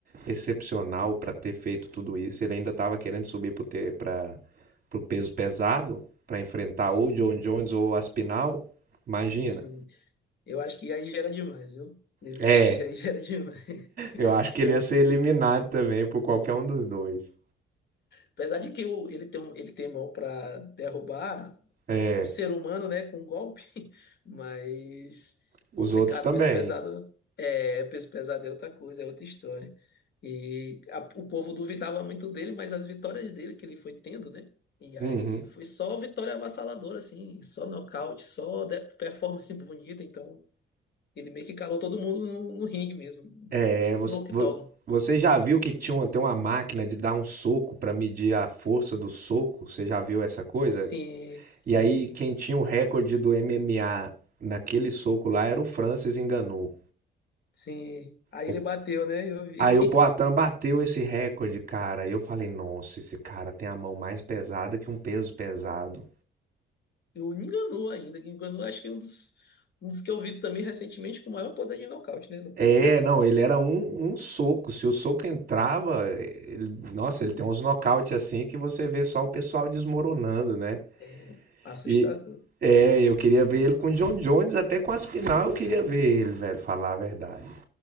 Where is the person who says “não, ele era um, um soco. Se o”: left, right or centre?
Right